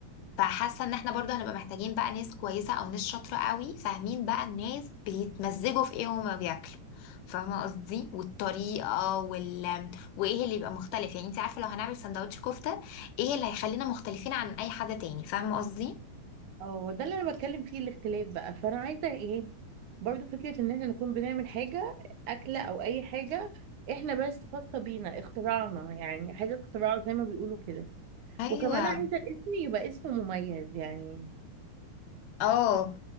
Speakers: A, on the left (about 80°); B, on the right (about 70°).
A: فحاسه ان احنا برضه هنبقى محتاجين بقى ناس كويسه او ناس شاطره قوي فاهمين بقى الناس بيتمزجوا في ايه وهما بياكلوا فاهمه قصدي والطريقه وال... وايه اللي يبقى مختلف يعني انت عارفه لو هنعمل سندوتش كفته ايه اللي هيخلينا مختلفين عن اي حد تاني فاهمه قصدي
B: اه ده اللي انا بتكلم فيه الاختلاف بقى فانا عايزه ايه برضو فكره ان احنا نكون بنعمل حاجه اكله او اي حاجه احنا بس خاصه بينا اختراعنا يعني حاجه اختراع زي ما بيقولوا كده
A: ايوه
B: وكمان عايزة الاسم يبقى اسم مميز يعني
A: اه